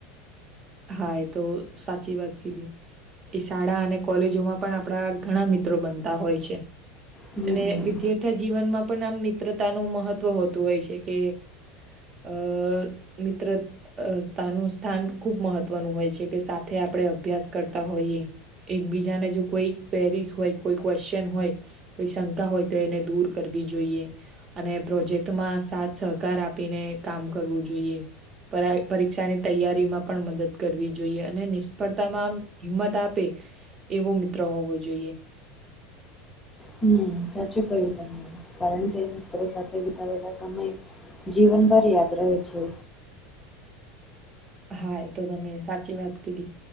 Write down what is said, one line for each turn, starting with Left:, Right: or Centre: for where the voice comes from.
Right: હા એ તો સાચી વાત કીધી એ શાળા અને કોલેજોમાં પણ આપડા ઘણા મિત્રો બનતા હોય છે
Left: હમ
Right: અને
Left: હમ.
Right: વિદ્યાથા જીવનમાં પણ આમ મિત્રતાનું મહત્વ હોતું હોય છે કે અ મિત્ર સ્થાન સ્થાન ખુબ મહત્વનું હોય છે કે સાથે આપડે અભ્યાસ કરતા હોઈએ એક બીજાને જો કોઈ કવેરીશ હોય કોઈ કવેશ્ચન હોય કોઈ શંકા હોય તો એને દૂર કરવી જોઈએ અને પ્રોજેક્ટમાં સાથ સહકાર આપીને કામ કરવું જોઈએ પરીક્ષાની તૈયારીમાં પણ મદદ કરવી જોઈએ અને નિષ્ફળતામાં આમ હિંમત આપે એવો મિત્ર હોવો જોઈએ
Left: હમ સાચું ક્યું તને કારણ કે મિત્રો સાથે વિતાવેેલા સમય જીવનભર યાદ રહે છે.
Right: હા એ તો તમે સાચી વાત કીધી